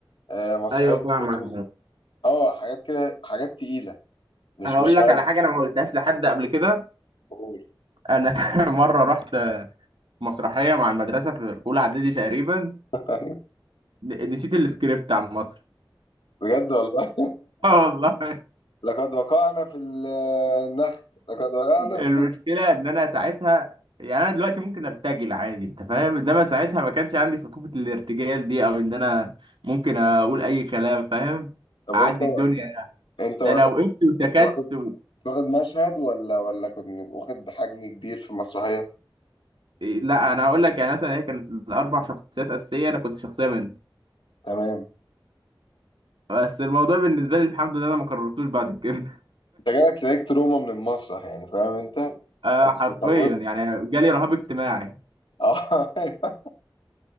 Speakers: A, on the left (about 80°); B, on the right (about 80°).
A: آه مسرحية
B: ايوه فاهمك
A: قطز اه حاجات كده حاجات تقيلة مش
B: هقول
A: مش
B: لك
A: هلس
B: على حاجه انا ما قلتهاش لحد قبل كده
A: بقول
B: انا <laughs> مره رحت مسرحيه مع المدرسه في اولى اعدادي تقريبا
A: <laughs>
B: نسيت السكريبت عن مصر
A: بجد والله
B: <laughs> اه والله
A: لقد وقعنا في ال- النخ لقد وقعنا
B: المشكله ان انا ساعتها يعني انا دلوقتي ممكن ارتجل عادي انت فاهم انما ساعتها ما كانش عندي ثقافه الارتجال دي او ان انا ممكن اقول اي كلام فاهم
A: طب
B: اعدي
A: وانت
B: الدنيا
A: انت
B: ده
A: وقتها
B: انا وقفت وسكت
A: كنت واخد
B: و...
A: كنت واخد مشهد ولا ولا كنت واخد حجم كبير في المسرحية
B: إيه، لا انا هقول لك يعني مثلا هي كانت الاربع شخصيات اساسيه انا كنت شخصيه منهم
A: تمام
B: بس الموضوع بالنسبة لي الحمد لله أنا ما كررتوش بعد كده <laughs>
A: انت جالك لايك تروما من المسرح يعني فاهم انت
B: آه
A: أو
B: حرفيا
A: مش هتوبه
B: يعني جالي رهاب اجتماعي
A: اه <laughs>